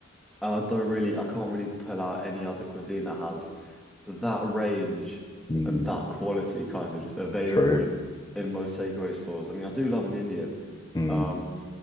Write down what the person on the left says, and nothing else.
mm,
true.
Mm,